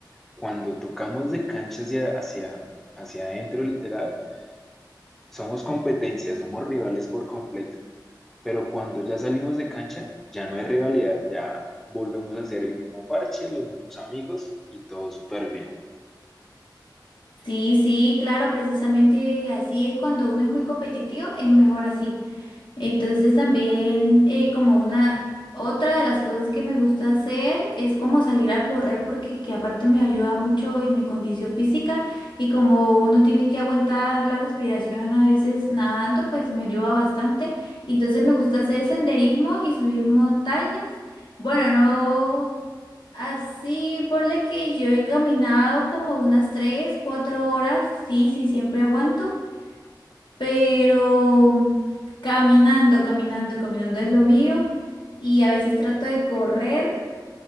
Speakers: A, in the centre; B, on the left.
A: cuando tocamos de cancha hacia, hacia, hacia adentro literal, somos competencia, somos rivales por completo. Pero cuando ya salimos de cancha, ya no hay rivalidad, ya volvemos a ser el mismo parche, los mismos amigos y todo súper bien.
B: Sí, sí, claro, precisamente así es cuando uno es muy competitivo, es mejor así. Entonces también eh, como una otra de las cosas que me gusta hacer es como salir a correr porque que aparte me ayuda mucho en mi condición física y como uno tiene que aguantar la respiración a veces nadando, pues me ayuda bastante. Entonces me gusta hacer senderismo y subir montañas. Bueno, no así, ponle que yo he caminado como unas 3 4 horas, sí, sí, siempre aguanto pero caminando, caminando, caminando es lo mío y a veces trato de correr,